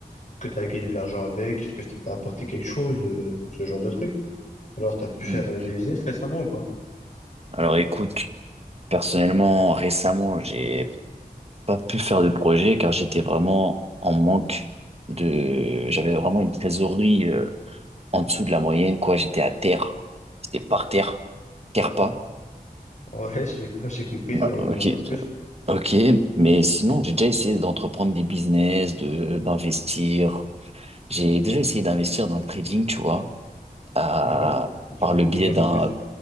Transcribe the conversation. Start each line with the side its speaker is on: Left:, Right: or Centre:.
Left: est-ce que tu as gagné de l'argent avec, est-ce que ça t'a apporté quelque chose, euh, ce genre de truc. Alors, tu as pu faire
Right: Hmm.
Left: euh, des business récemment ou pas?
Right: Alors écoute, personnellement, récemment, j'ai pas pu faire de projet car j'étais vraiment en manque de... J'avais vraiment une trésorerie euh, en dessous de la moyenne, quoi. J'étais à terre. J'étais par terre. Terre pas.
Left: Ouais, <laughs> j'ai j'ai compris, t'as
Right: Ah,
Left: pas besoin
Right: Ok,
Left: de m'en dire plus.
Right: ok, mais sinon j'ai déjà essayé d'entreprendre des business, de d'investir. J'ai déjà essayé d'investir dans le trading, tu vois, à-
Left: Ouais, dis-moi,
Right: par le biais
Left: dis-moi
Right: d'un
Left: en plus.